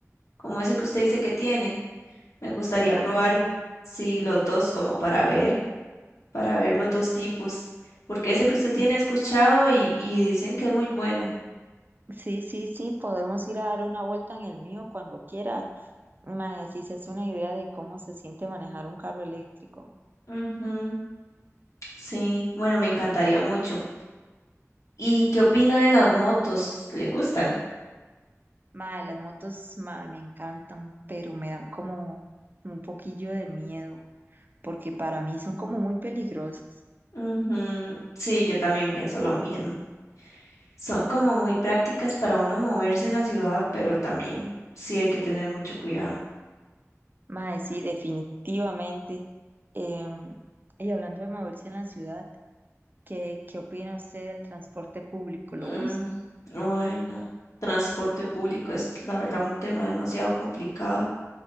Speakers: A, on the left; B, on the right.
A: como ese que usted dice que tiene. Me gustaría
B: Ajá.
A: probar, sí, los dos como para ver, para ver los dos tipos, porque ese que usted tiene
B: Sí,
A: he escuchado y, y dicen que es muy bueno.
B: sí, sí, sí, podemos ir a dar una vuelta en el mío cuando quiera. Ma, si se hace una idea de cómo se siente manejar un carro eléctrico.
A: Ujú, sí, bueno, me encantaría mucho. ¿Y qué opina de las motos? ¿Le gustan?
B: Ma, las motos, ma, me encantan, pero me dan como un poquillo de miedo. porque para mí son como muy peligrosas.
A: Ujú, Sí, yo también pienso lo mismo. Son como muy prácticas para uno moverse en la ciudad, pero también sí hay que tener mucho cuidado.
B: Mae, sí, definitivamente. Em, y hablando de moverse en la ciudad, ¿qué, qué opina usted del transporte público? ¿Lo
A: Mm,
B: usa?
A: Ay, no. Transporte público es, la verdad, un tema demasiado complicado.